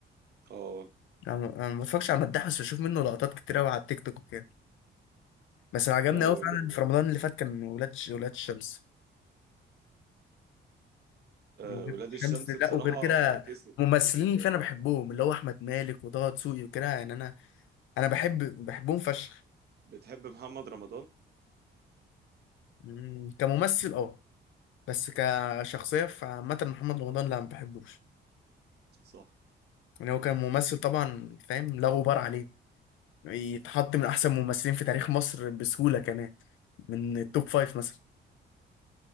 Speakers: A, on the right; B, on the left.
A: اه
B: انا أنا ما بتفرجش على مداح بس بشوف منه لقطات كتير قوي على التيك توك وكده بس اللي عجبني
A: لا هو
B: قوي فعلا
A: جامد
B: في رمضان اللي فات كان ولاد ش- ولاد الشمس
A: آه
B: ولاد
A: ولاد
B: الشمس
A: الشمس
B: لا
A: بصراحة
B: وغير
A: هو
B: كده
A: كسب
B: ممثلين
A: كسب
B: اللي
A: جامد
B: فيه انا بحبهم اللي هو احمد مالك وطه دسوقي وكده يعني انا انا بحب بحبهم فشخ
A: بتحب محمد رمضان
B: مم، كممثل اه بس كشخصيه فعامه محمد رمضان لا ما بحبوش
A: صح
B: يعني هو كان ممثل طبعا فاهم لا غبار عليه يتحط من احسن ممثلين في تاريخ مصر بسهوله كمان من التوب فايف مثلا